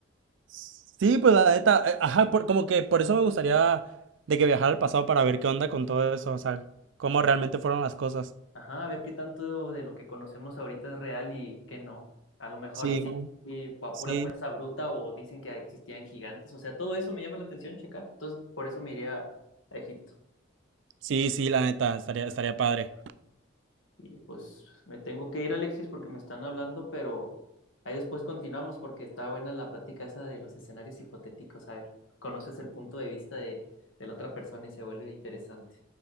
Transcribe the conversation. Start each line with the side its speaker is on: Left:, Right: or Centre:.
Right: Sí, pues la neta, eh, ajá, por- como que por eso me gustaría de que viajara al pasado para ver qué onda con todo eso, o sea, cómo realmente fueron las cosas.
Left: Ajá, a ver qué tanto de lo que conocemos ahorita es real y qué no. A lo mejor
Right: Simón,
Left: y sí, y a
Right: sí.
Left: pura fuerza bruta o dicen que existían gigantes. O sea, todo eso me llama la atención checar. Entonces, por eso me iría a Egipto.
Right: Sí, sí, la neta, estaría, estaría padre.
Left: Y pues me tengo que ir, Alexis, porque me están hablando, pero ahí después continuamos porque está buena la plática esa de los escenarios hipotéticos. A ver, conoces el punto de vista de, de la otra persona y se vuelve interesante.